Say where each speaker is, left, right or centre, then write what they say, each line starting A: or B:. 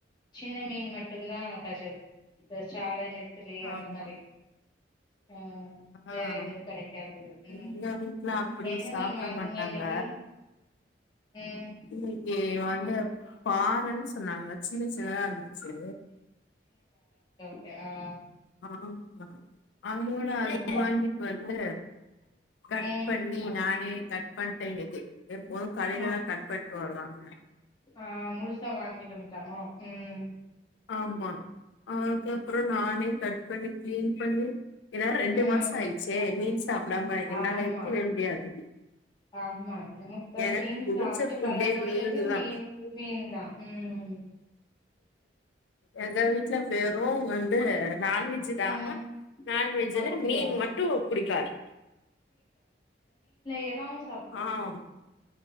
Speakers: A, on the left; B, on the left.
A: சின்ன மீன் மட்டுமாதான் <unintelligible> சாழ நேத் நெந்திலக அந்த
B: ஆமா
A: மாரி உஹம் வேற
B: ஆ
A: எதுவும் கிடைக்காது உம்
B: எங்க வீட்ல அப்டி
A: என்ன
B: சாப்ட
A: மீன் வாங்குனீங்க
B: மாட்டாங்க
A: இன்னைக்கு ம்
B: வந்து என் பாறைன்னு சொன்னாங்க சின்ன சின்னதா இருந்துச்சு
A: ஆஹ்
B: ஆஹ் அவளோட அ
A: ம்
B: வாங்கிட்டு வந்து கட்
A: ம்
B: பண்ணி நானே தட பட்டனது எப்போதும்
A: மு
B: கடையில தான் கப்பட்டு வருவாங்க
A: ஆஹ் முழுசா வாங்கிட்டு வந்துட்டாங்கோ உம்
B: ஆமா அக்கப்புறம் நானே தச் பண்ணி கிலின் பண்ணி இதா ரெண்டு
A: ம்
B: மாசம் ஆயிடுச்சே மீன் சாப்டாம என்னால
A: ஆமா
B: இருக்கவே முடியாது
A: ஆமா நமக்கு அந்த
B: எனக்கு
A: மீன்
B: புடிச்ச
A: சாப்பிட்டு
B: ஃபுட்டே
A: பழகனவங்களுக்கு
B: மீனுதா
A: மீன் மீன் தான் உம்
B: எங்கவிட்டு இல்ல வேற வன்சு நான்வெஜ்ஜ் தான்
A: ம்
B: நான்வெஜ்ஜல
A: அப்டியா
B: மீன் மட்டும் புடிக்காது
A: இறால்
B: ஆஹ்